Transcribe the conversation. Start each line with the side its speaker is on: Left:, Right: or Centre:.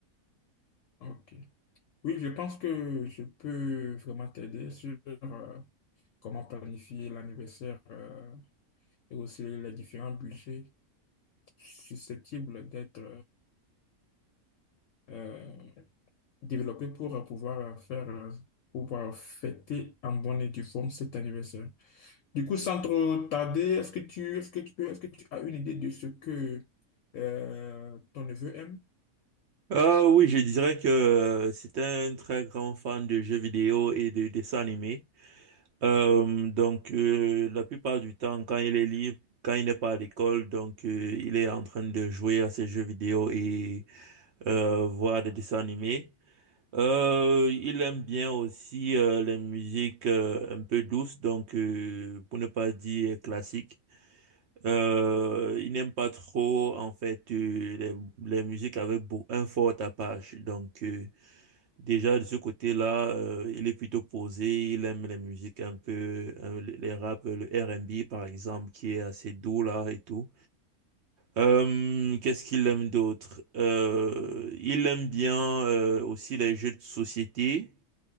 Left: Ok. Oui, je pense que je peux vraiment t'aider sur euh, comment planifier l'anniversaire euh, et aussi les différents budgets susceptibles d'être... euh, développer pour euh, pouvoir euh, faire, euh, pour pouvoir fêter en bonne et due forme cet anniversaire. Du coup, sans trop tarder, est-ce que tu, est-ce que tu peux, est-ce que tu as une idée de ce que euh, ton neveu aime?
Right: Euh, oui, je dirais que euh, c'est un très grand fan de jeux vidéo et de dessins animés. Euh, donc, euh, la plupart du temps, quand il est libre, quand il n'est pas à l'école, donc euh, il est en train de jouer à ses jeux vidéo et euh, voir des dessins animés. Euh, il aime bien aussi euh, les musiques euh, un peu douces, donc euh, pour ne pas dire classiques. Euh, il n'aime pas trop en fait euh, les, les musiques avec beau- un fort tapage. Donc euh, Déjà, de ce côté-là, euh, il est plutôt posé, il aime les musiques un peu, euh, les rap, le R&B par exemple, qui est assez doux là et tout. Euh, qu'est-ce qu'il aime d'autre? Euh, il aime bien euh, aussi les jeux de société,